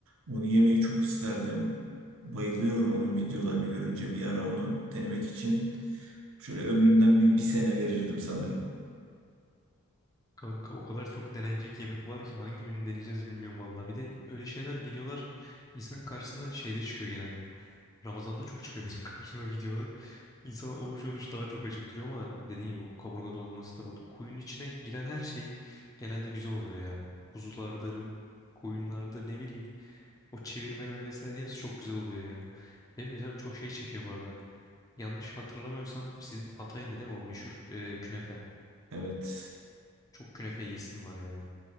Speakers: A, on the right; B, on the left.
A: Onu yemeyi çok isterdim. Bayılıyorum onun videolarını görünce. Bir ara onu denemek için şöyle ömrümden bir, bir sene verirdim sanırım.
B: Kanka o kadar çok denenecek yemek var ki hangi birini deneyeceğiz bilmiyorum valla. Bir de öyle şeyler videolar insan karşısına şeyde çıkıyor genelde. Ramazan'da çok çıkıyor benim <laughs> karşıma videolar. İnsan oruç oruç daha çok acıktırıyor ama dediğin gibi o kaburga dolmasıdır. O kuyunun içine giren her şey genelde güzel oluyor ya. Kuzulardır, koyunlardır ne bileyim. O çevirmeler vesaire hepsi çok güzel oluyor ya. Benim de canım çok şey çekiyor bu arada. Yanlış hatırlamıyorsam sizin Hatay'ın da değil mi o meşhur e, künefe?
A: Evet.
B: Çok künefe yesim var ya.